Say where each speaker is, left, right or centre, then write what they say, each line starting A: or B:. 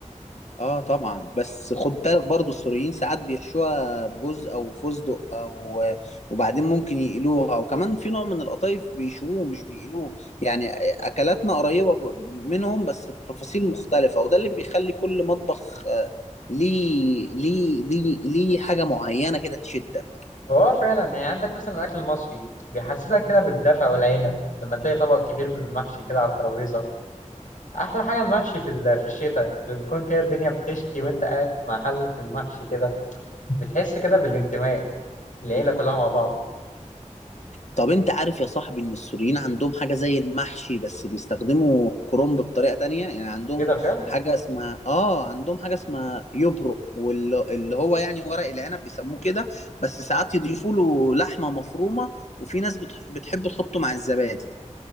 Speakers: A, on the left; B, on the left.
A: اه طبعا بس خد بالك برضو السوريين ساعات بيحشوها بجوز او فستق او وبعدين ممكن يقلوها وكمان في نوع من القطايف بيشووه مش بيقلوه يعني اكلاتنا قريبة ب- منهم بس التفاصيل مختلفة وده اللي بيخلي كل مطبخ آه، ليه ليه ليه ليه حاجة معينة كده تشدك
B: هو فعلا يعني عندك مثلا الأكل المصري بيحسسك كده بالدفء والعيلة لما تلاقي طبق كبير من المحشي كده على الترابيزة احلى حاجه المحشي في ال- في الشتاء لما بتكون كده الدنيا بتشتي وانت قاعد مع حله المحشي كده بتحس كده بالانتماء العيله كلها مع بعض
A: طب انت عارف يا صاحبي ان السوريين عندهم حاجة زي المحشي بس بيستخدموا كرنب بطريقة تانية يعني عندهم
B: ايه ده بجد
A: حاجة اسمها اه عندهم حاجة اسمها يبرق واللي اللي هو يعني ورق العنب بيسموه كده بس ساعات يضيفوا له لحمة مفرومة وفي ناس بتح... بتحب تحطه مع الزبادي